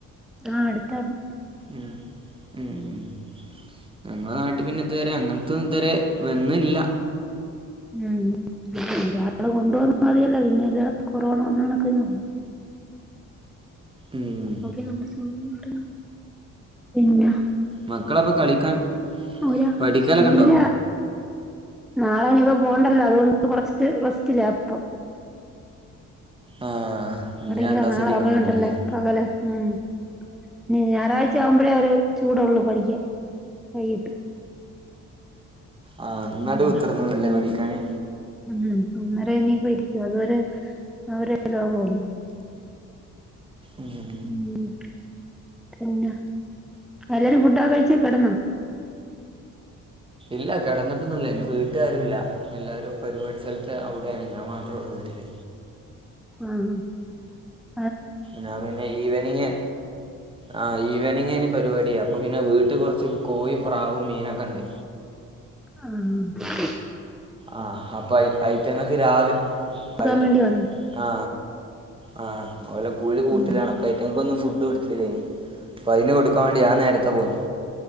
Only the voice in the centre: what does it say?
ആ അടുത്താണ്.
ഉം ഒരാള് കൊണ്ടു വന്നാ മതിയല്ല. പിന്നെ എല്ലാർക്കും കൊറോണ വന്നോണക്കെ ഇങ്ങനെ വരും.
ഓക്കെ. നമ്മുടെ സമയായിട്ട പിന്നെ
ഒരാളെ
വിളിച്ചു ഇല്ല നാളെ അതുങ്ങക്ക് പോണ്ടല്ലോ അതുകൊണ്ട് കൊറച്ച് റസ്റ്റിലാ ഇപ്പോ
പഠിക്കാൻ
നാളെ
സമയോണ്ടല്ല
പകല് ഉം ഞ് ഞായറാഴ്ച ആവുമ്പോഴേ ഒരു ചൂടുള്ളൂ പഠിക്കാൻ വൈകിട്ട്
ഉം
ഉം ഒന്നര കഴിഞ്ഞ് ഇനി പോയിരിക്കും അതുവരെ അവരുടെലോക പോന്ന്
ഉം പിന്നെ എല്ലാരും ഫുഡൊക്കെ കഴിച്ച് കിടന്നോ
ആ
ആ ആ
കൊടുക്കാൻ
വേണ്ടി വന്നു
ഉം